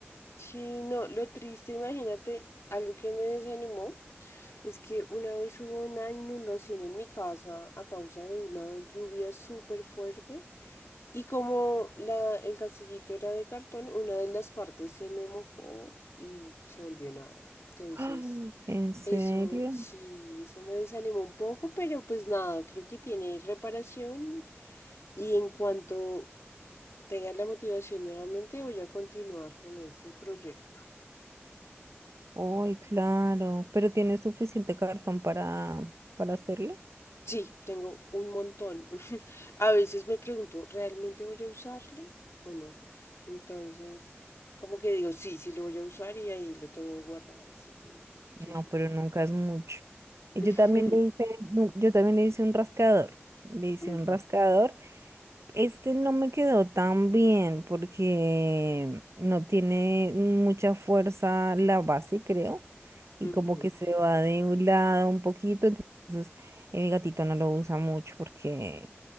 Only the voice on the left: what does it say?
Sí, no, lo triste, imagínate, algo que me desanimó es que una vez hubo una inundación en mi casa a causa de una lluvia súper fuerte y como la, el castillito era de cartón, una de las partes se me mojó y se volvió nada. Entonces,
eso sí, eso me desanimó un poco, pero pues nada, creo que tiene reparación y en cuanto tenga la motivación nuevamente voy a continuar con ese proyecto.
Sí, tengo un montón. <laughs> A veces me pregunto, ¿realmente voy a usarlo o no? Entonces, como que digo, sí, sí lo voy a usar y ahí lo tengo guardado. Así que, sí, sí.
<laughs>
Ujú.
Ujú.